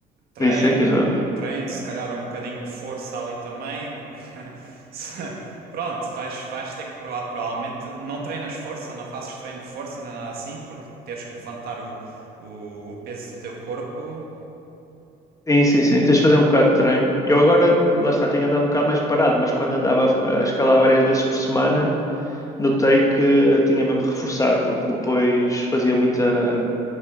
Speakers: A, on the right (about 65°); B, on the left (about 20°).
A: Treino,
B: bem secas, vá.
A: treino, se calhar um bocadinho de força ali também, porque <laughs> se- pronto, vais, vais ter que prova- provavelmente não treinas força, não fazes treino de força nem nada assim, porque teres que levantar o, o, o peso do teu corpo.
B: Sim, sim, sim. Tens de fazer um bocado de treino. Eu agora, lá está, tenho andado um bocado mais parado, mas quando andava a, a escalar várias vezes por semana, notei que tinha mesmo de reforçar, porque depois fazia muita,